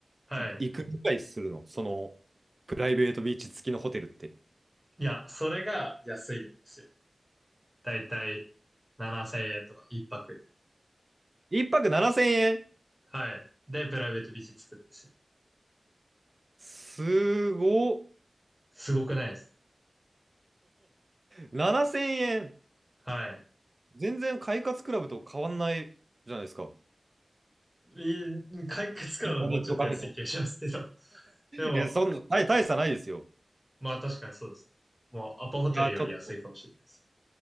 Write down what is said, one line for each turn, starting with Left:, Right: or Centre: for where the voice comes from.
Centre: はい。
Right: いくらぐらいするのその、プライベートビーチ付きのホテルって。
Centre: いや、それが安いんですよ。だいたい7000円とか一泊。
Right: 一泊7000円
Centre: はい。で、プライベートビーチつくんですよ。
Right: すごっ
Centre: すごくないですか
Right: 7000円 <laughs>
Centre: はい。
Right: 全然快活クラブと変わんないじゃないですか。
Centre: いい、回復つくのはもうちょっと安い気がしますけど。
Right: インターネットカフェと。
Centre: でも、
Right: え、そんな、大、大差ないですよ。
Centre: まあ確かにそうですね。もうアパホテルより安いかもしれないです。
Right: いや、ちょっと、